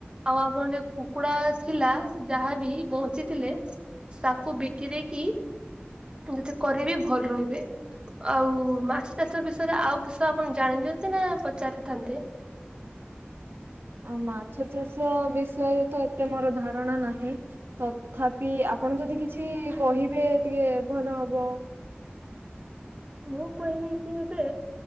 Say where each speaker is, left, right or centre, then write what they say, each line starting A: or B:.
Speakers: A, on the right; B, on the right.
A: ଆଉ ଆପଣ ଯଉ କୁକୁଡା ଥିଲା ଯାହାବି ବଞ୍ଚି ଥିଲେ ତାକୁ ବିକି ଦେଇକି ଯତି କରିବି ଭଲ ରହିବେ। ଆଉ ମାଛ ଚାଷ ବିଷୟରେ ଆଉ ବିଷୟ ଆପଣ ଜାଣିଛନ୍ତି ନା ପଚାରିଥାନ୍ତେ?
B: ମାଛ ଚାଷ ବିଷୟରେ ତ ଏତେ ମୋର ଧାରଣା ନାହିଁ। ତଥାପି ଆପଣ ଯଦି କିଛି କହିବେ ଟିକେ ଭଲ ହବ।
A: ମୁଁ କହନି କି ଏବେ